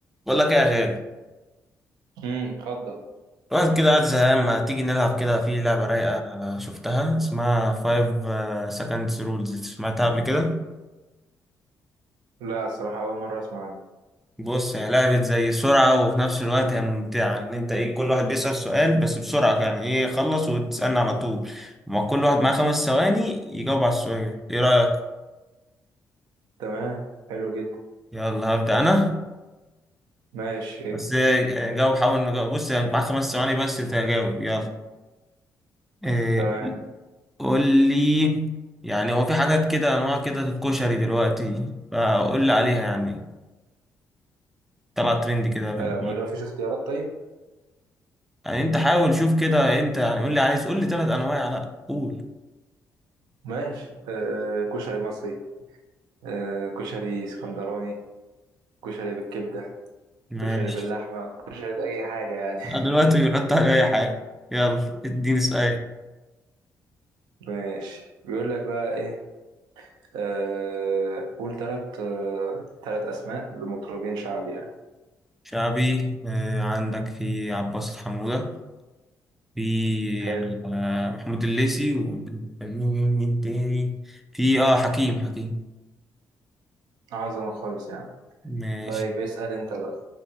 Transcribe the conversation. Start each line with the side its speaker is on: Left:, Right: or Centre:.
Centre: بقول لك ايه يا غالي
Right: امم اتفضل
Centre: الواحد كده قاعد زهقان ما تيجي نلعب كده في لعبة رايقة شفتها اسمها 5 seconds rules سمعتها قبل كده
Right: لا الصراحة أول مرة أسمع عنه
Centre: بص هي لعبة زي سرعة وفي نفس الوقت هي ممتعة ان انت ايه كل واحد بيسأل سؤال بس بسرعة يعني ايه يخلص وتسألني على طول ما كل واحد معاه خمس ثواني يجاوب على السؤال ايه رأيك
Right: تمام حلو جدا
Centre: يلا هبدأ انا
Right: ماشي
Centre: بس إيه، جاوب حاول نجاوب بص يعني معاك خمس ثواني بس تجاوب يلا إيه
Right: تمام
Centre: قول لي يعني هو في حاجات كده انواع كده الكشري دلوقتي فقول لي عليها يعني طلع ترند كده في
Right: آه
Centre: الجديد
Right: ما غير- فيش اختيارات طيب
Centre: يعني انت حاول شوف كده انت يعني قول لي عايز قول لي ثلاث انواع لا قول
Right: ماشي آه كشري مصري آه كشري اسكندراني كشري بالكبدة
Centre: ماشي
Right: كشري باللحمة كشري بأي حاجة يعني
Centre: أنا دلوقتي
Right: <laughs>
Centre: بيحط على اي حاجه يلا اديني سؤال
Right: ماشي بيقول لك بقى إيه آه قول تلات آه تلات أسماء لمطربين شعبي يعني
Centre: شعبي آه، عندك في عباس حمودة في
Right: حلو
Centre: يعني آه، محمود الليثي ومين تاني في اه حكيم حكيم
Right: عظمة خالص يعني
Centre: ماشي
Right: طيب اسأل أنت بقى